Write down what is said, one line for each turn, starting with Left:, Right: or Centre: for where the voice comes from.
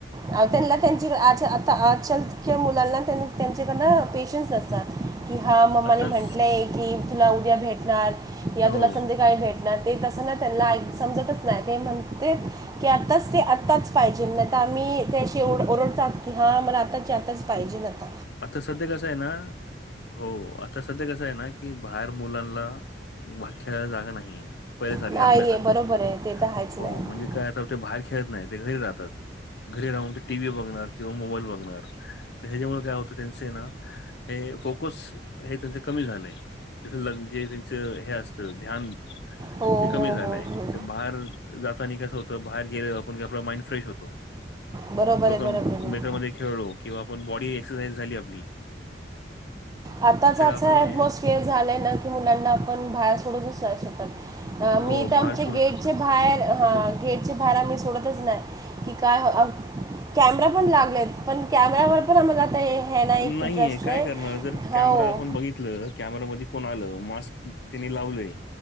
Right: अव त्यांना त्यांची आच आ त आजकालच्या मुलांना त्यांचेकडना पेशन्स नसतात. कि हा मम्मानी
Left: आताच
Right: म्हंटलंय की तुला उद्या भेटणार. या
Left: हो
Right: तुला भेटणार ते. तस नाय त्यांना समजतच नाही. ते म्हणते की आताच ते आताच पाहिजे. नाही त अम्ही ते अशी ओओरडत की हां मला आताची आत्ताच पाहिजे. नेहत
Left: आता सध्या कसंय ना? हो आता सध्या कसंय ना. की बाहेर मुलांना वा खेळायला जागा नाहीये. पहिल्यासारखी
Right: नाही
Left: आपल्यासारखी
Right: आहे बरोबर आहे ते तर आहेच नाही
Left: हो म्हणजे काय आता ते बाहेर खेळत नाही ते घरी राहतात. घरी राहून ते टी व्ही बघणार किंवा मोबाईल बघणार तर ह्याच्यामुळे काय होतं त्यांचय ना हे फोकस हे त्यांचे कमी झालंय. त्याच लक्झरी च हे असत ध्यान
Right: हो
Left: ते कमी
Right: हो
Left: झालंय
Right: हो हो
Left: ते बाहेर जातानी कसं होतं बाहेर गेलेलं आपण की आपला माइंड फ्रेश होतो.
Right: बरोबर
Left: लोक,
Right: आहे बरोबर आहे
Left: मित्रामध्ये खेळलो किंवा आपण बॉडी एक्सरसाइज झाली आपली
Right: आताच
Left: हे सगळं
Right: असं
Left: आपलं म्हणजे
Right: ऍटमॉसफियर झालंय ना की मुलांना आपण बाहेर सोडूतच नाही शकत. अ मी
Left: हो,
Right: तर
Left: बाहेर
Right: आमचे
Left: सोडू
Right: गेटचे
Left: शकत नाही.
Right: बाहेर हा गेटचे बाहेर आम्ही सोडतच नाय. कि काय कॅमेरा पण लागलेत पण कॅमेरावर पण आम्हाला हे नाय
Left: नाहीये
Right: की <unintelligible>
Left: काय करणार जर
Right: हो
Left: कॅमेरा आपण बघितलं, कॅमेरा मध्ये कोण आल, मास्क त्याने लावलय